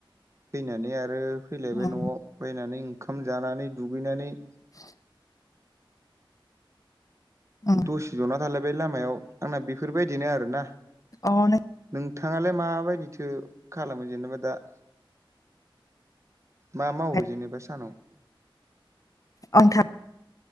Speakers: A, on the right (about 35°); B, on the left (about 40°).
A: फैनानै आरो फैलायबाय
B: उम
A: न'आव फैनानै ओंखाम जानानै दुगैनानै
B: <inaudible> उम
A: दसे ज'ना थालायबाय लामायाव आंना बेफोरबायदिनो आरोना।
B: अ' नों
A: नोंथाङालाय माबायदिथो खालामो जेनेबा दा? मा मावो
B: अ
A: जेनेबा सानाव?
B: आं था